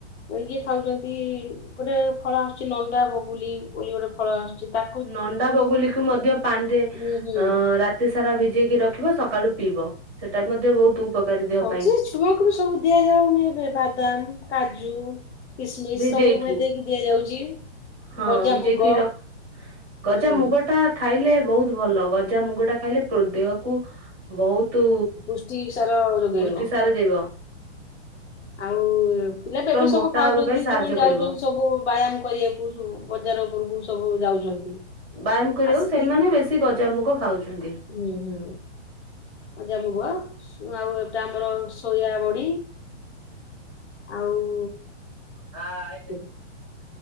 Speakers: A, on the left (about 75°); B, on the right (about 20°).
A: ଇଏ ଖାଉଛନ୍ତି ଗୋଟେ ଫଳ ଆସୁଛି ନଣ୍ଡା ବଗୁଲି ବୋଲି ଗୋଟେ ଫଳ ଆସୁଛି ତା
B: ନଣ୍ଡା ବଗୁଲିକୁୁ ମଧ୍ୟ ପାଣିରେ ଅ
A: ହୁଁ ହୁଁ
B: ରାତି ଏତେ ସାରା ଭିଜେଇକି ରଖିବ ସକାଳୁ ପିଇବ ସେଟା ମଧ୍ୟ ବହୁତ ଉପକାରୀ ଦେହ
A: ହଉଛି
B: ପାଇଁ
A: ଛୁଆ କ ରୁ ସବୁ ଦିଆଯାଉନି ଏବେ ବାଦାମ କାଜୁ। କିସମିସ
B: ଭିଜେଇକି
A: ସବୁ ଭେଦେଇକି ଦିଆଯାଉଛି।
B: ହଁ
A: ଗଜାମୁଗ
B: ବିଜେଇକି ରଖ ଗଜା
A: ଉଁ
B: ମୁଗ ଟା ଖାଇଲେ ବହୁତ ଭଲ ଗଜା ମୁଗ ଟା ଖାଇଲେ ଦେହକୁ ବହୁତ
A: ପୁଷ୍ଟି ସାର ଯୋଗେଇବ
B: ପୁଷ୍ଟି ସାର ଯିବ।
A: ଆଉ ପିଲା ତ ଏବେ ସବୁ
B: ମୋଟା
A: ଖାଉଛନ୍ତି
B: ହେବା ପାଇଁ ସାହାଯ୍ୟ
A: ଯୋଉମାନେ ଯାଉଛନ୍ତି
B: କରିବ।
A: ସବୁ ବ୍ୟାୟାମ କରିବାକୁ ବଜାର ଓପୁରକୁ ସବୁ ଯାଉଛନ୍ତି।
B: ବ୍ୟାୟାମ କରିବାକୁ
A: ଆସିକି
B: ସେମାନେ ବେଶୀ ଗଜାମୁଗ ଖାଉଛନ୍ତି।
A: ହୁଁ ହୁଁ। ଗଜା ମୁଗ। ଆଉ ଏଟା ଆମର ଶୋୟାବଡି ଆଉ
B: <unintelligible>
A: ହୁଁ।